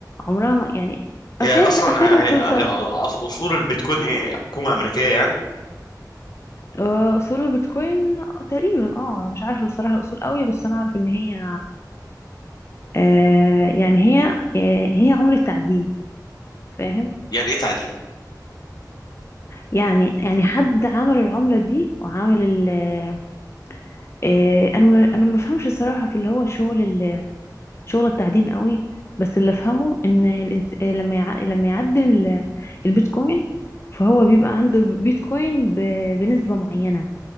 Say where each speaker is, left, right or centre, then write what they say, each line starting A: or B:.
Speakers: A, on the left; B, on the left.
A: عمرها ما يعني
B: هي
A: أخرها
B: اصلا
A: أخرها
B: هي
A: توصل
B: هي أص- اصول البيتكوين ايه حكومه امريكيه يعني
A: آه، أصول البيتكوين تقريبا اه أنا مش عارفة بصراحة الأصول قوي بس أنا أعرف إن هي آه يعني هي آه هي عملة تعدين فاهم
B: يعني ايه تعدين
A: يعني يعني حد عمل العملة دي وعمل ال آه آه، انا ما- انا ما بفهمش الصراحة في اللي هو شغل ال- شغل التعدين قوي بس اللي افهمه ان الإنس- آه، لما يع- لما يعدل ال- البيتكوين فهو بيبقى عنده بيتكوين ب- بنسبة معينة